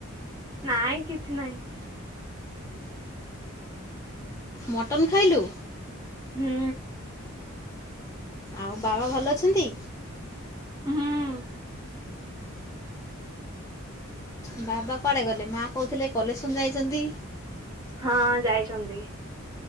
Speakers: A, on the right; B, on the left.
A: ନାଇଁ କିଛି ନାଇଁ।
B: ମଟନ୍ ଖାଇଲୁ?
A: ହୁଁ
B: ଆଉ ବାବା ଭଲ ଅଛନ୍ତି?
A: ହୁଁ
B: ବାବା କୁଆଡେ ଗଲେ ମା କହୁଥିଲେ କଲେକସନ ଯାଇଛନ୍ତି?
A: ହଁ ଯାଇଛନ୍ତି।